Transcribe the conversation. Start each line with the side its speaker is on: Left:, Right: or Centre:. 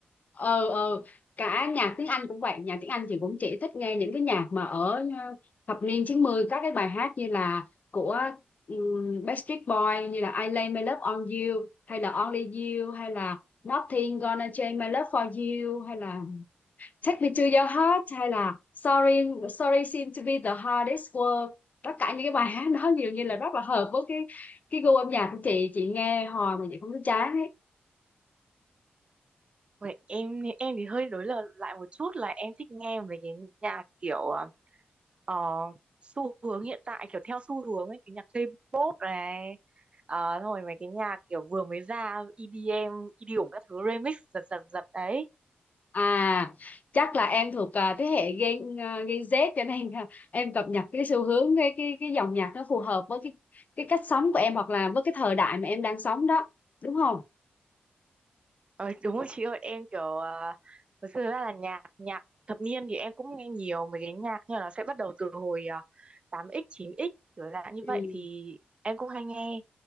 Left: ờ ờ cả nhạc tiếng Anh cũng vậy nhạc tiếng Anh chị cũng chỉ thích nghe những cái nhạc mà ở ờ, thập niên chín mươi các cái bài hát như là của um, Backstreet Boys như là I Lay My Love On You hay là Only You hay là Nothing Gonna Change My Love For You hay là Take me to your heart hay là Sorry Sorry seem to be the hardest word tất cả những cái bài hát đó nhiều như là rất là hợp với cái cái gu âm nhạc của chị chị nghe hồi mà chị không thấy chán ấy
Right: Vậy em em thì hơi đối lập lại một chút là em thích nghe về cái nhạc kiểu à, Ờ, xu hướng hiện tại kiểu theo xu hướng ấy cái nhạc K-pop này uh, rồi mấy cái nhạc kiểu vừa mới ra EDM EDM các thứ remix giật giật giật đấy
Left: à chắc là em thuộc à, thế hệ Gen à, Gen Z cho nên à, em cập nhật cái xu hướng cái cái cái dòng nhạc nó phù hợp với cái cái cách sống của em hoặc là với cái thời đại mà em đang sống đó đúng không
Right: ờ, đúng rồi chị ơi em kiểu à, thực sự ra là nhạc nhạc thập niên thì em cũng nghe nhiều mấy cái nhạc nhưng mà nó sẽ bắt đầu từ hồi à, 8x 9x kiểu dạng như
Left: ừ.
Right: vậy thì em cũng hay nghe